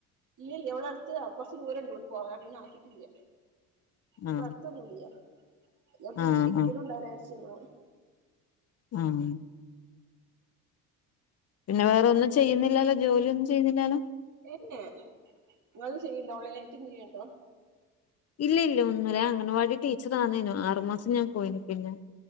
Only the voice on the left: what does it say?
ആ
ആ
ആ
ഉം പിന്നെ വേറൊന്നും ചെയ്യുന്നില്ലാലോ ജോലിയൊന്നും ചെയ്യുന്നില്ലാലോ
ഇല്ല ഇല്ല ഒന്നൂല്ല ഞാൻ അങ്ങനവാടി ടീച്ചർ ആന്നേനു ആറുമാസം ഞാൻ പോയീന്നു. പിന്നെ